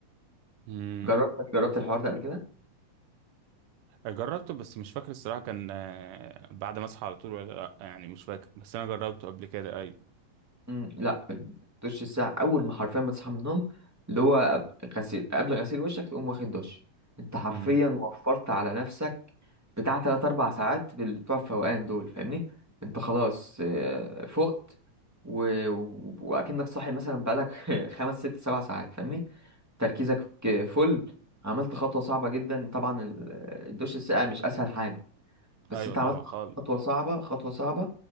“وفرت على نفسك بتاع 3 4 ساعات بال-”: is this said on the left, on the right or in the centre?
Centre